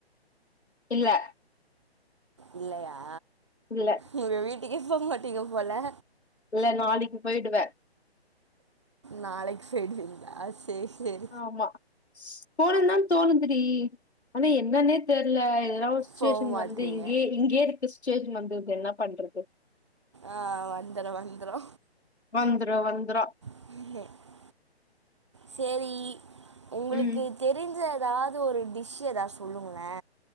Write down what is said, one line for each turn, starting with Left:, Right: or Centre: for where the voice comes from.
Left: இல்ல
Right: இல்லையா
Left: இல்ல
Right: உங்க வீட்டுக்கே போ மாட்டீங்க போல
Left: இல்ல நாளைக்கு போய்டுவே
Right: நாளைக்கு போய்டுவீங்ளா சேர் சேர்
Left: ஆமா போனுன்தா தோணுது டி ஆனா என்னென்னே தெர்ல இதெல்லா ஒர் சுச்சுவேஷன்
Right: போக மாட்டீங்க
Left: வந்து இங்கயே இங்கயே இருக்க சுச்சுவேஷன் வந்துருது என்ன பண்றது
Right: ஆ வந்துரு வந்துரு
Left: வந்துரு வந்துரா
Right: <unintelligible> சேரி ஒங்களுக்கு
Left: ம்
Right: தெரிஞ்ச ஏதாவது ஒரு டிஷ் ஏதாவது சொல்லுங்களே